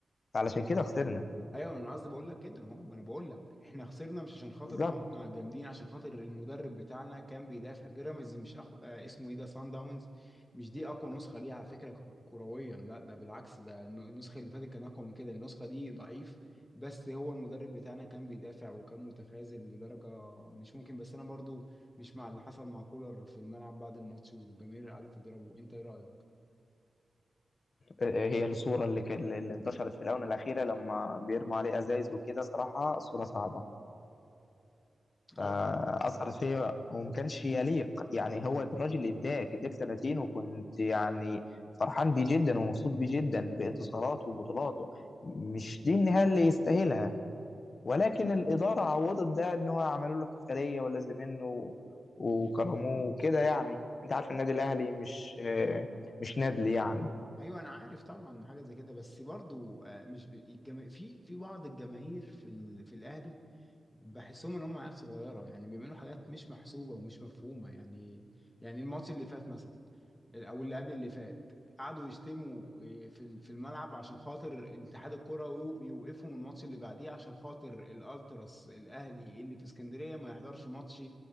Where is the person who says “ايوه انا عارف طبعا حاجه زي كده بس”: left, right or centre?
Left